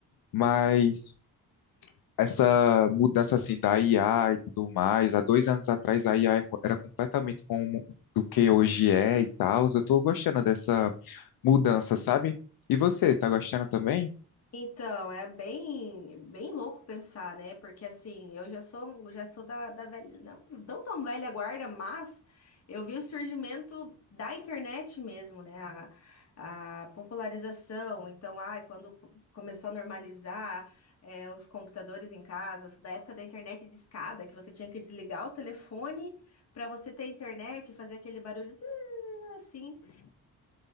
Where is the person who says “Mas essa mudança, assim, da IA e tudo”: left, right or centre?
Left